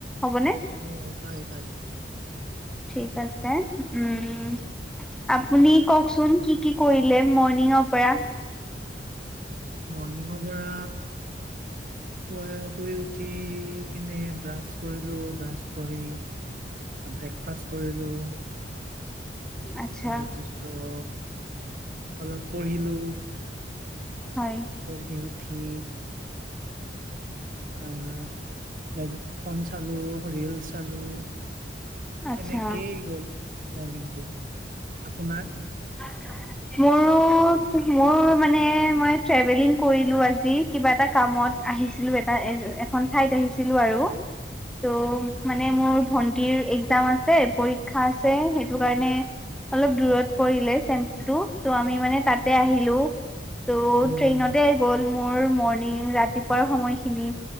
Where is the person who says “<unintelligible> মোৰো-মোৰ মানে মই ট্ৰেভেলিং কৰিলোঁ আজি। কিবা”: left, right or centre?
Centre